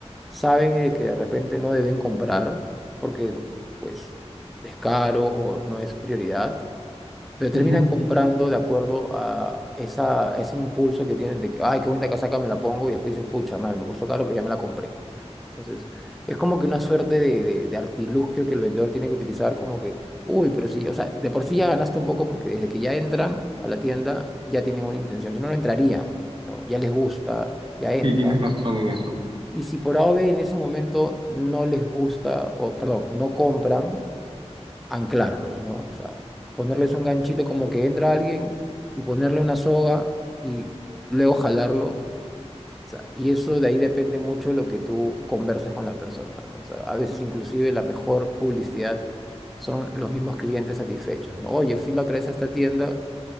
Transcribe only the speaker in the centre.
saben de que de repente no deben comprar porque pues es caro o no es prioridad, pero terminan
comprando de acuerdo a esa, ese impulso que tienen de que, ay, qué bonita casaca, me la pongo y después dicen, pucha, mal, me costó caro, pero ya me la compré. Entonces, es como que una suerte de, de, de artilugio que el vendedor tiene que utilizar como que, uy, pero sí, o sea, de por sí ya ganaste un poco porque desde que ya entran a la tienda ya tienen una intención, si no, no entrarían, ¿no? Ya les gusta, ya entran.
Y si por A o B en ese momento no les gusta, o perdón, no compran, anclarlos, ¿no? O sea, ponerles un ganchito como que entra alguien y ponerle una soga y luego jalarlo. O sea, y eso de ahí depende mucho de lo que tú converses con la persona, ¿no? O sea, a veces inclusive la mejor publicidad son los mismos clientes satisfechos, ¿no? Oye, fui la otra vez a esta tienda,